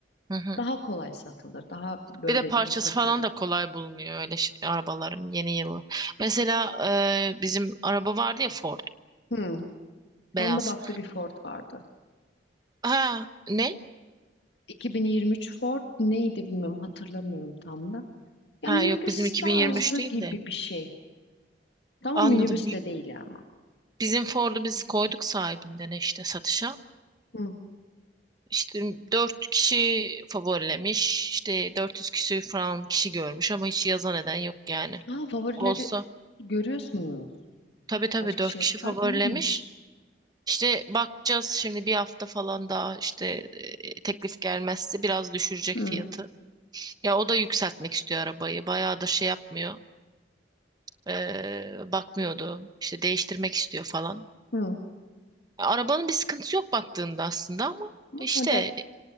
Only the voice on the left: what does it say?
Daha kolay satılır. Daha böyle
iyi satılır.
Hmm.
Onda baktı bir Ford vardı.
2023 Ford neydi bilmiyorum hatırlamıyorum tam da. Ya
minibüs
tarzı
gibi
bir şey. Ama
minibüs de değil ama.
Hı.
Ha favorileri
görüyorsunuz.
Kaç kişi?
Ha iyiymiş.
Hı,
hı.
Ama
model